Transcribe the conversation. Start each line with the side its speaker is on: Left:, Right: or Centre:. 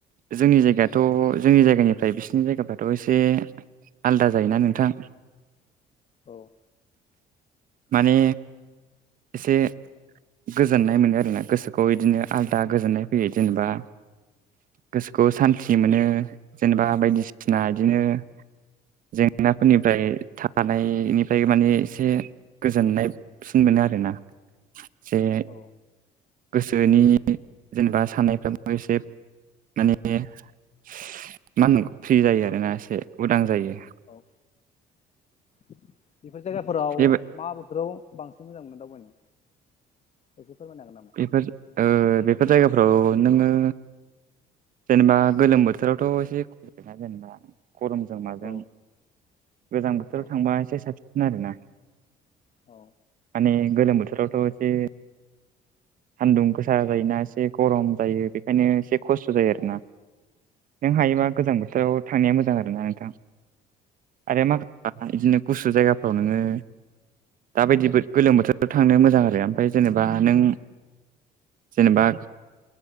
Right: जोंनि जायगायाथ' जोंनि जायगानिफ्राय बिसिनि जायगाफ्राथ' एसे आलादा जायोना नोंथां।
Left: औ।
Right: माने एसे। गोजोननाय मोनो आरोना गोसोखौ इदिनो आलदा गोजोननाय फैयो। जेनेबा गोसोखौ सान्थि मोनो। जेनेबा बायदिसिना बिदिनो जेंनाफोरनिफ्राय थानायनि ओमफ्राय माने एसे गोजोननायसिन मोनो आरोना जे
Left: औ
Right: गोसोनि जेनेबा साननायफ्राबो एसे माने मा होननांगौ फ्रि जायो
Left: औ
Right: आरोना एसे उदां जायो।
Left: औ बेफोर जायगाफोराव
Right: बे
Left: मा बोथोराव बांसिन मोजां मोनो दावबायनो। एसे फोरमायनो हागोन नामा
Right: बेफोर ओ बेफोर जायगाफोराव नोंङो जेनेबा गोलोम बोथोरावथ' एसे खुगा जेनेबा गरमजों माजों
Left: औ
Right: गोजां बोथोराव
Left: औ
Right: थांबा एसे साबसिन आरोना।
Left: औ।
Right: माने गोलोम बोथोररावथ' एसे सान्दुं गोसा जायोना एसे गरम जायो बेखायनो एसे खस्थ' जायो
Left: औ
Right: आरोना नों हायोबा गोजां बोथोराव थांनाया मोजां आरोना नोंथां। आरो <inaudible> बिदिनो गुसु जायगाफ्राव नोङो दाबायदि बो गोलोम बोथोराव थांनो मोजां आरो ओमफाय जेनेबा नों जेनेबा